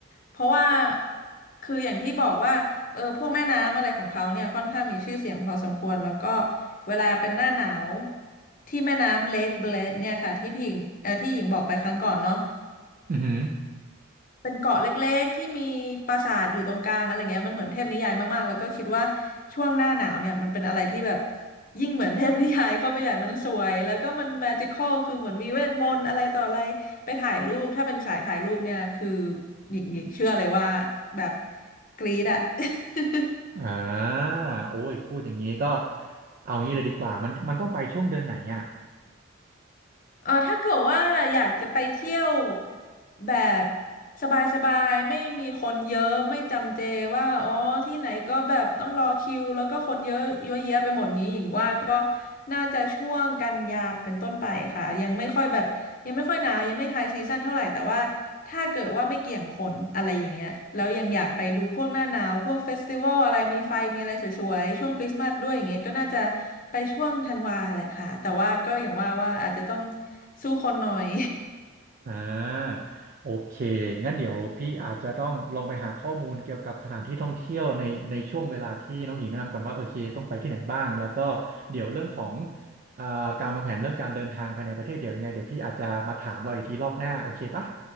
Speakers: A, on the left; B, on the right.
A: เพราะว่าคืออย่างที่บอกว่าเออพวกแม่น้ำอะไรของเขาเนี่ยค่อนข้างมีชื่อเสียงพอสมควรแล้วก็เวลาเป็นหน้าหนาวที่แม่น้ำเลคเบลดเนี่ยค่ะที่พี่หญิงเออที่หญิงบอกไปครั้งก่อนเนาะ
B: อือหือ
A: เป็นเกาะเล็กๆที่มีปราสาทอยู่ตรงกลางอะไรเงี้ยมันเหมือนเทพนิยายมากๆแล้วก็คิดว่าช่วงหน้าหนาวเนี่ยมันเป็นอะไรที่แบบยิ่งเหมือนเทพนิยายเข้าไปใหญ่มันสวยแล้วก็มันแมจิคอลคือเหมือนมีเวทมนต์อะไรต่ออะไรไปถ่ายรูปถ้าเป็นสายถ่ายรูปเนี่ยคือหญิงหญิงเชื่อเลยว่าแบบกรี๊ดอะ <laughs>
B: อ่าโอ้ยพูดอย่างนี้ก็เอางี้เลยดีกว่ามันมันต้องไปช่วงเดือนไหนอ่ะ
A: เออถ้าเกิดว่าอยากจะไปเที่ยวแบบสบายๆไม่มีคนเยอะไม่จำเจว่าอ๋อที่ไหนก็แบบต้องรอคิวแล้วก็คนเยอะเยอะแยะไปหมดนี้หญิงว่าก็น่าจะช่วงกันยาเป็นต้นไปค่ะยังไม่ค่อยแบบยังไม่ค่อยหนาวยังไม่ไฮซีซั่นเท่าไหร่แต่ว่าถ้าเกิดว่าไม่เกี่ยงคนอะไรอย่างเงี้ยแล้วยังอยากไปดูพวกหน้าหนาวพวกเฟสติวัลอะไรมีไฟมีอะไรสวยๆช่วงคริสต์มาสด้วยอย่างเงี้ยก็น่าจะ ไปช่วงธันวาแหละค่ะแต่ว่าก็อย่างว่าว่าอาจจะต้องสู้คนหน่อย
B: อ่าโอเคงั้นเดี๋ยวพี่อาจจะต้องลองไปหาข้อมูลเกี่ยวกับสถานที่ท่องเที่ยวในในช่วงเวลาที่น้องหญิงแนะนำก่อนว่าโอเคต้องไปที่ไหนบ้างแล้วก็เดี๋ยวเรื่องของอ่าการวางแผนเรื่องการเดินทางภายในประเทศเดี๋ยวยังไงเดี๋ยวพี่อาจจะมาถามเราอีกทีรอบหน้าโอเคปะ